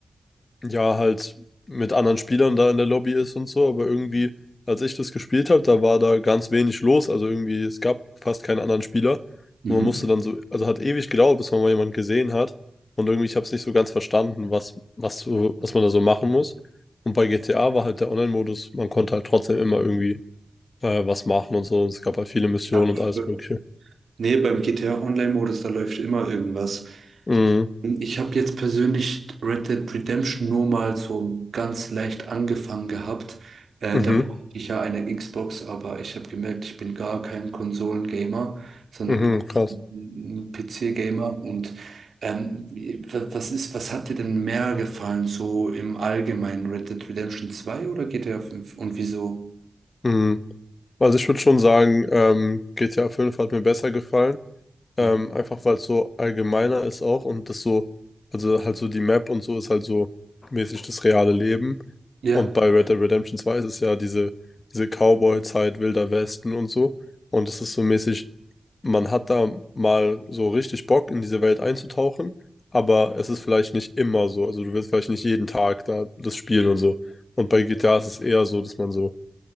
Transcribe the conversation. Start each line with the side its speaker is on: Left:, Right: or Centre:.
Left: ja, halt mit anderen Spielern da in der Lobby ist und so. Aber irgendwie, als ich das gespielt habe, da war da ganz wenig los. Also irgendwie, es gab fast keinen anderen Spieler.
Right: Mhm.
Left: Und man musste dann so, also hat ewig gedauert, bis man mal jemanden gesehen hat. Und irgendwie, ich habe es nicht so ganz verstanden, was, was, so- was man da so machen muss. Und bei GTA war halt der Online-Modus, man konnte halt trotzdem immer irgendwie äh, was machen und so. Es gab halt viele Missionen
Right: Ja, f-
Left: und alles Mögliche.
Right: nee, beim GTA Online-Modus, da läuft immer irgendwas.
Left: Mhm.
Right: Ich habe jetzt persönlich Red Dead Redemption nur mal so ganz leicht angefangen gehabt. Äh,
Left: Mhm.
Right: da hatte ich ja eine Xbox, aber ich habe gemerkt, ich bin gar kein Konsolengamer, sondern
Left: Mhm. Krass.
Right: ein PC-Gamer. Und ähm, wa- was ist, was hat dir denn mehr gefallen, so im Allgemeinen Red Dead Redemption 2 oder GTA 5 und wieso?
Left: Mhm. Also ich würde schon sagen, ähm, GTA 5 hat mir besser gefallen.
Right: Mhm.
Left: Ähm, einfach weil es so allgemeiner ist auch und das so, also halt so die Map und so ist halt so mäßig das reale Leben.
Right: Ja.
Left: Und bei Red Dead Redemption zwei ist es ja diese, diese Cowboy-Zeit, Wilder Westen und so. Und das ist so mäßig man hat da mal so richtig Bock, in diese Welt einzutauchen, aber es ist vielleicht nicht immer so. Also du willst vielleicht nicht jeden Tag da das spielen und so. Und bei GTA ist es eher so, dass man so,